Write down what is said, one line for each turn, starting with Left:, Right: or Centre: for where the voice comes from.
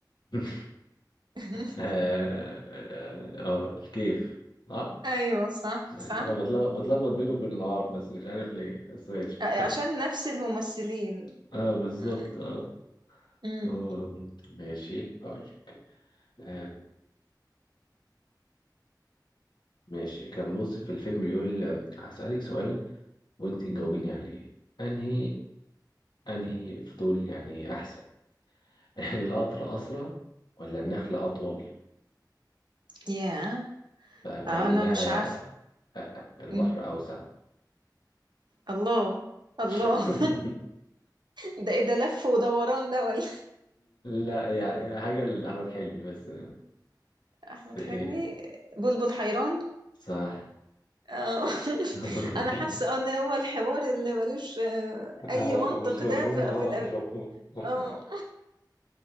Left: <laughs>
Right: <laughs>
Left: اه آه، الكيف اه
Right: أيوة صح صح
Left: انا بتلخ- بتلخبط بينه وبين النهار بس مش عارف ليه بس ماشي
Right: آه، عشان نفس الممثلين
Left: <laughs> اه بالظبط
Right: يعني
Left: اه
Right: امم
Left: آه، ماشي هقول لك آه ماشي كان بص في الفيلم بيقول آه، هسألك سؤال وانت تجاوبيني عليه انهي انهي فضول يعني احسن <laughs> القطر اسرع ولا النخل اطول
Right: يا
Left: فقام
Right: أنا
Left: قايل لها
Right: مش عارف
Left: لا البحر
Right: مم.
Left: اوسع
Right: الله الله
Left: <laughs>
Right: <laughs> ده إيه ده لف ودوران ده ولا
Left: لا يا حاجة لأحمد حلمي بس
Right: <laughs>
Left: بس
Right: أحمد
Left: إيه
Right: حلمي بلبل حيران
Left: صح
Right: اه <laughs>
Left: <laughs>
Right: أنا حاسة إن هو الحوار اللي ملوش آه، أي
Left: آه
Right: منطق
Left: مش مفهوم
Right: ده في
Left: اه
Right: في الأ-
Left: مش مفهوم آه.
Right: اه